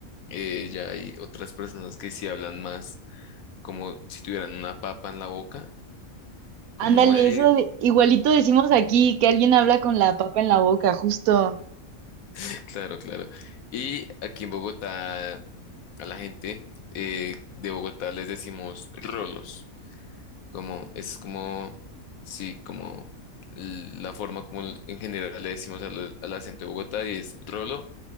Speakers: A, on the left (about 80°); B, on the right (about 80°).
A: Eh, ya hay otras personas que sí hablan más como si tuvieran una papa en la boca, como,
B: Ándale,
A: eh,
B: eso de- igualito decimos aquí que alguien habla con la papa en la boca, justo.
A: <laughs> claro, claro. Y aquí en Bogotá, a la gente eh, de Bogotá les decimos rolos. Como, es como, sí, como l- la forma como l- en general le decimos al, al acento de Bogotá y es trolo.